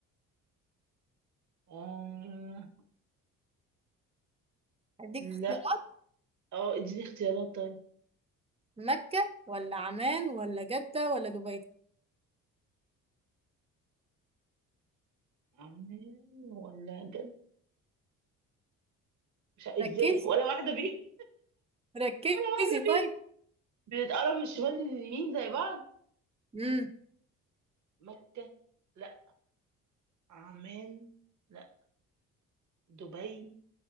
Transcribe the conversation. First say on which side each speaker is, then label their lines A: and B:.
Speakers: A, on the right; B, on the right.
A: آه...
B: هديك اختيارات
A: لا اه اديني اختيارات طيب
B: مكة ولا عمان ولا جدة ولا دبي
A: عمان ولا جد مش ع- ازاي
B: ركزي
A: ولا واحدة فيهم
B: ركزي
A: ولا واحدة فيهم
B: طيب
A: بنتقرب من الشمال لليمين زي بعض
B: امم
A: مكة لا عمان لا دبي